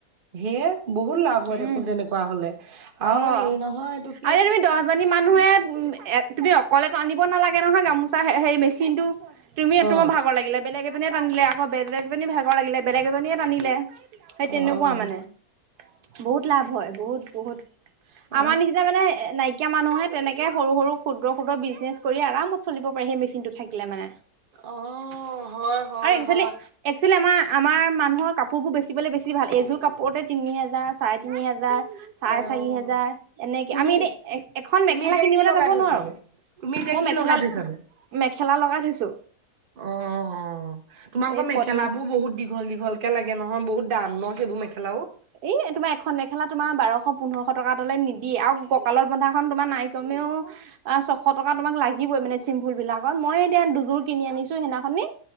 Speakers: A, on the right; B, on the right.
A: সেয়ে বহুত লাভ হয়
B: উম,
A: দেখোন তেনেকুৱা হলে আৰু
B: অ',
A: হেৰি নহয় এইটো কি
B: আৰু এতি তুমি দশজনী মানুহে তুমি অকলে টানিব নালাগে নহয় গামোচা সেই মেচিনটো তুমি
A: অ
B: তোমাৰ ভাগৰ লাগিলে বেলেগ এজনীয়ে টানিলে আকৌ বেলেগ এজনীৰ ভাগৰ লাগিলে, বেলেগ এজনীয়ে টানিলে। সেই
A: হয়
B: তেনেকুৱা
A: হয়
B: মানে বহুত লাভ হয় বহুত বহুত
A: অ'।
B: আমাৰ নিচিনা মানে নাইকিয়া মানুহে তেনেকে সৰু সৰু ক্ষুদ্ৰ ক্ষুদ্ৰ বিজনেছ কৰি আৰাম চলিব পাৰি সেই মেচিনটো থাকিলে মানে।
A: অ', হয়, হয়,
B: আৰু একচুৱেলি
A: হয়।
B: একচুৱেলি আমাৰ - আমাৰ মানুহৰ কাপোৰবোৰ বেচি পলৈ বেছি ভাল, এযোৰ কাপোৰতে তিনি হেজাৰ চাৰে তিনি হেজাৰ চাৰে
A: হয়
B: চাৰি
A: অ',
B: হেজাৰ এনেকে
A: তুমি
B: আমি এতি এখন
A: তুমি
B: মেখেলা
A: এতিয়া
B: কিনিবলৈ
A: কি লগাই
B: যাব
A: থৈছানো?
B: নোৱাৰো।
A: তুমি এতিয়া
B: মই
A: কি
B: মেখেলা-মেখেলা
A: লগাই থৈছানো?
B: লগাই থৈছো।
A: অ', অ', তোমালোকৰ
B: এই
A: মেখেলা
B: পদ্মি
A: বোৰ বহুত দীঘল দীঘল একে লাগে নহয় বহুত ডাম ন' সেইবোৰ মেখেলাও?
B: এ তোমাৰ এখন মেখেলা তোমাৰ বাৰশ পোন্ধৰশ টকা তলে নিদিয়ে আৰু কঁকালত বন্ধাখন তোমাৰ নাই কমেও আ, ছশ টকা তোমাক লাগিবই মানে চিম্পুল বিলাকত, মই এতিয়া দুযোৰ কিনি আনিছোঁ সেইদিনাখনি।